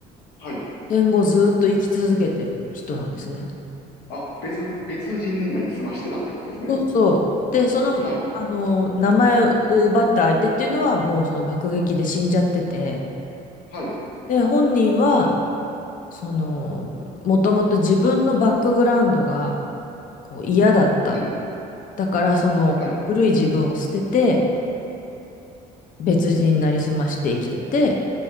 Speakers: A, on the left; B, on the left.
A: はい。
B: 戦後ずっと生き続けてる人なんですね。
A: あ、別、別人になりすましてたってことですね。
B: そうそう。で、その、
A: はい。
B: あの、名前を奪った相手っていうのはもうその爆撃で死んじゃってて、
A: はい。
B: で、本人は、その、もともと自分のバックグラウンドがこう嫌だった。
A: はい。
B: だからその古い自分を捨てて
A: はい。
B: 別人になりすまして生きてて、